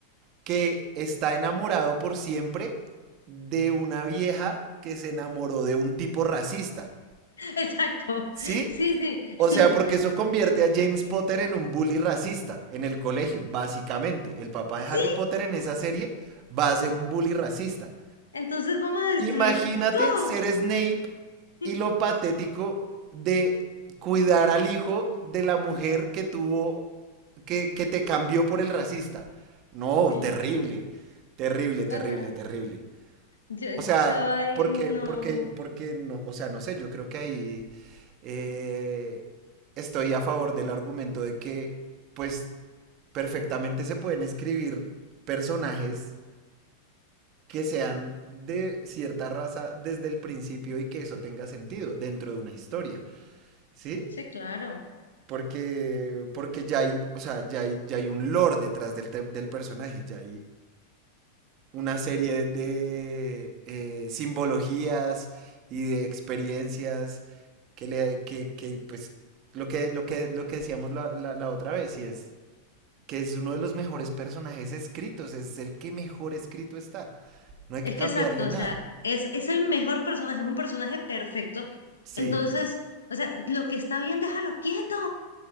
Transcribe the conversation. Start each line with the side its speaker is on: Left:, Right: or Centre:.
Right: que está enamorado por siempre de una vieja que se enamoró de un tipo racista.
Left: <laughs> exacto,
Right: ¿Sí?
Left: sí, sí,
Right: O
Left: <laughs>
Right: sea, porque eso convierte a James Potter en un bully racista en el colegio, básicamente. El papá
Left: sí,
Right: de Harry Potter en esa serie va a ser un bully racista.
Left: entonces vamos a destruir
Right: Imagínate
Left: todo.
Right: ser Snape
Left: <laughs>
Right: y lo patético de cuidar al hijo de la mujer que tuvo que, que te cambió por el racista. No,
Left: Sí.
Right: terrible, terrible, terrible,
Left: O sea,
Right: terrible.
Left: yo,
Right: O sea,
Left: yo ahí
Right: porque,
Left: no.
Right: porque, porque no, o sea, no sé, yo creo que ahí eh, estoy a favor del argumento de que, pues, perfectamente se pueden escribir personajes que sean de cierta raza desde el principio y que eso tenga sentido dentro de una historia, ¿sí?
Left: Sí, claro.
Right: Porque, porque ya hay, o sea, ya hay, ya hay un lore detrás del, te- del personaje, ya hay una serie de eh, simbologías y de experiencias que le, que, que, pues, lo que, lo que, lo que decíamos la, la- la otra vez, y es que es uno de los mejores personajes escritos, es el que mejor escrito está, no hay que
Left: Es
Right: cambiarle
Left: que exacto, o
Right: nada.
Left: sea, es, es el mejor personaje, es un personaje perfecto.
Right: Sí,
Left: Entonces, o sea, lo que está bien, déjalo quieto.